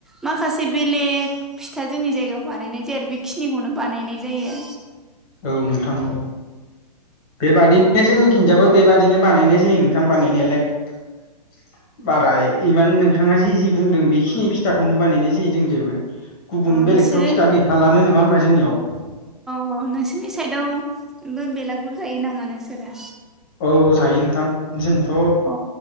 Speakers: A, in the centre; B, on the left.
A: माखासे बेलेग फिथा जोंनि जायगायाव बानायनाय जायार बे खिनिखौनो बानायनाय जायो।
B: औ नोंथां औ। बेबादिनो जोंनि खिनजायबो बेबादिनो बानायनाय जायो नोंथां बानायनायालाय। <inaudible> बारा इमान नोंथाङा जि जि बुंदों बिखिनि फिथाखौनो बानायनाय जायो जोंनि जायबो। गुबुन
A: औ
B: बेलेगथ'
A: नोंसोरो
B: फिथा गैखालानो नोङा होमबा जोंनियाव।
A: औ नोंसिनि साइदआवबो बेलागुर जायो नामा नोंसोरो?
B: औ जायो नोंथां। जोंथ'
A: अ